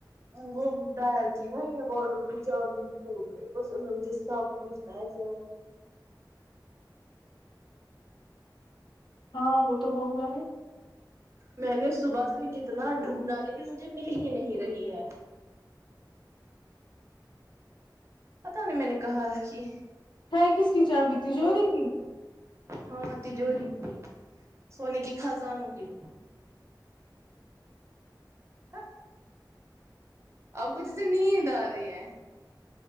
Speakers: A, on the right; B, on the left.
A: وہ ڈائر کی نہں واڈروب کی چابی کھو گئ بس اس میں سب کچھ پیسے
B: ہاں وہ تو ہوگا ہی
A: میں نے صبح سے کتنا ڈھونڈا لیکن مجھے مل ہی نہیں رہی ہے پتا نہیں میں نے کہاں رکھی
B: ہے کس کی چابی تجوری کی
A: ہاں تجوری کی سونے کے خزانوں کی ہا آپ کو جیسے نیند آ رہی ہے